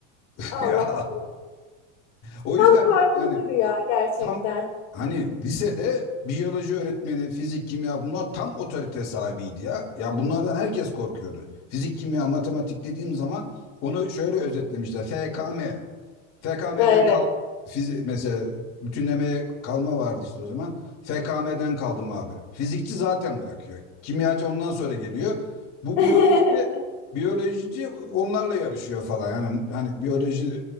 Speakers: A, on the left (about 45°); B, on the left (about 60°).
A: <laughs>
B: Allah
A: Ya,
B: Allah.
A: O
B: Tam
A: yüzden
B: karpuzlu
A: diyorum yani
B: bir rüya gerçekten.
A: tam hani lisede biyoloji öğretmeni, fizik, kimya bunlar tam otorite sahibiydi ya. Ya bunlardan herkes korkuyordu. Fizik, kimya, matematik dediğim zaman onu şöyle özetlemişler. FKM. FKM'den kal
B: Ha, Evet.
A: fizi- mesela bütünlemeye kalma vardı işte o zaman. FKM'den kaldım abi. Fizikçi zaten bırakıyor. Kimyacı ondan sonra geliyor. Bu
B: <laughs>
A: biyolojide biyolojici onlarla yarışıyor falan. Yani hani biyoloji